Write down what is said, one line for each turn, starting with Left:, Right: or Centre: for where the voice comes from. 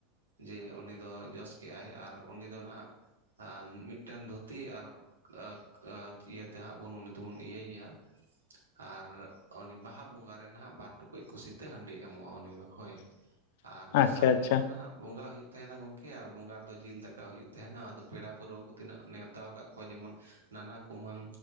Right: ᱡᱮ ᱩᱱᱤ ᱫᱚ ᱡᱚᱥ ᱠᱮᱜ-ᱟᱭ ᱟᱨ ᱩᱱᱤ ᱫᱚ ᱱᱟᱦᱟᱜ ᱢᱤᱫᱴᱮᱱ ᱫᱷᱩᱛᱤ ᱟᱨ ᱟᱡ, ᱟᱠ ᱤᱭᱟᱹᱛᱮ ᱦᱟᱸᱜ ᱵᱚᱱ ᱩᱱᱤ ᱫᱚᱵᱚᱱ ᱤᱭᱟᱹᱭᱮᱭᱟ᱾ ᱟᱨ ᱩᱱᱤ ᱵᱟᱦᱟ ᱵᱚᱸᱜᱟᱨᱮ ᱱᱟᱦᱟᱜ ᱵᱟᱨ ᱴᱩᱠᱩᱡ ᱠᱩᱥᱤᱛᱮ ᱦᱟᱺᱰᱤ ᱮᱢᱚᱜ-ᱟ ᱩᱱᱤ ᱫᱚ ᱦᱳᱭ᱾
Left: <inaudible>
Right: ᱟᱨ ᱫᱚᱥᱟᱨ
Left: ᱟᱪᱪᱷᱟ
Right: ᱦᱤᱞᱳᱜ
Left: ᱟᱪᱪᱷᱟ
Right: ᱫᱚ ᱱᱟᱦᱟᱜ ᱵᱚᱸᱜᱟ ᱦᱩᱭᱩᱜ ᱛᱮᱸᱦᱮᱱᱟ ᱜᱚᱝᱠᱮ ᱟᱨ ᱵᱚᱸᱜᱟ ᱨᱮᱫᱚ ᱡᱤᱞ ᱫᱟᱠᱟ ᱦᱩᱭᱩᱜ ᱛᱮᱸᱦᱮᱱᱟ᱾ ᱟᱫᱚ ᱯᱮᱲᱟ ᱯᱟᱹᱨᱣᱟᱹ ᱠᱚ ᱛᱤᱱᱟᱹᱜ ᱱᱮᱣ ᱦᱟᱛᱟᱣ ᱠᱟᱜ ᱠᱚᱣᱟ ᱡᱮᱢᱚᱱ ᱱᱟᱱᱟ ᱠᱩᱢᱟᱹᱝ,